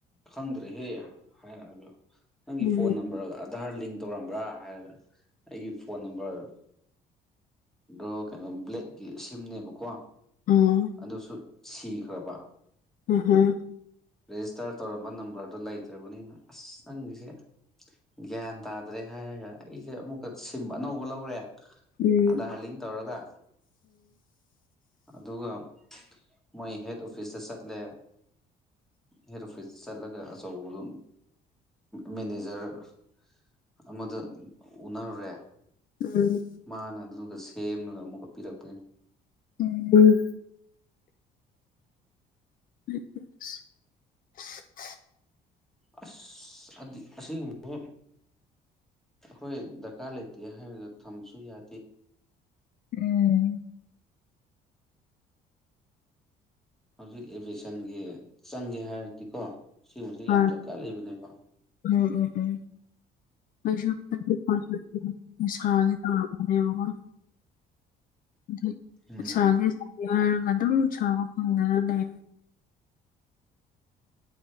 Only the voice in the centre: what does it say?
ꯈꯪꯗ꯭ꯔꯦꯍꯦ ꯍꯥꯢꯔꯛꯑꯖꯨ ꯅꯪꯒꯤ
ꯐꯣꯟ ꯅꯝꯕꯔ ꯑꯙꯥꯔ ꯂꯤꯡ ꯇꯧꯔꯝꯕ꯭ꯔꯥ ꯍꯥꯢꯔꯒ ꯑꯩꯒꯤ ꯐꯣꯟ ꯅꯝꯕꯔ ꯗꯣ ꯀꯩꯅꯣ ꯕ꯭ꯂꯦꯛꯀꯤ ꯁꯤꯝꯅꯦꯕ ꯀꯣ
ꯑꯗꯨꯁꯨ ꯁꯤꯈ꯭ꯔꯕ
ꯔꯦꯖꯤꯁꯇꯥꯔ ꯇꯧꯔꯝꯕ ꯅꯝꯕꯔꯗꯣ ꯂꯩꯇ꯭ꯔꯕꯅꯤꯅ ꯑꯁ ꯅꯪꯒꯤꯖꯦ ꯒ꯭ꯌꯥꯟ ꯇꯥꯗ꯭ꯔꯦ ꯍꯥꯢꯔꯒ ꯑꯩꯖꯦ ꯑꯃꯨꯛꯀ ꯁꯤꯝ ꯑꯅꯧꯕ ꯂꯧꯔꯦ
ꯑꯗꯥ ꯂꯤꯡ ꯇꯧꯔꯒ ꯑꯗꯨꯒ ꯃꯣꯢ ꯍꯦꯠ ꯑꯣꯐꯤꯁꯇ ꯆꯠꯂꯦ ꯍꯦꯠ ꯑꯣꯐꯤꯁ ꯆꯠꯂꯒ ꯑꯆꯧꯕꯗꯣ ꯃꯦꯅꯦꯖꯔ ꯔꯣ ꯑꯃꯗ ꯎꯅꯔꯨꯔꯦ
ꯃꯥꯅ ꯑꯗꯨꯗꯨꯒ ꯁꯦꯝꯃꯒ ꯑꯃꯨꯛꯀ ꯄꯤꯔꯛꯄꯅꯦ
ꯑꯁ ꯑꯟꯗꯤ ꯑꯁꯤꯒꯨꯝꯕ ꯑꯈꯣꯢ ꯗꯔꯀꯥꯔ ꯂꯩꯇꯦ ꯍꯥꯢꯔꯒ ꯊꯝꯕꯁꯨ ꯌꯥꯗꯦ
ꯍꯧꯖꯤꯛ ꯑꯦꯕꯦꯁꯟꯒꯤ ꯆꯪꯒꯦ ꯍꯥꯢꯔꯗꯤꯀꯣ ꯁꯤꯒꯨꯝꯕꯕꯁꯦ
ꯌꯥꯝ ꯗꯔꯀꯥꯔ ꯂꯩꯕꯅꯦꯕ
ꯎꯝ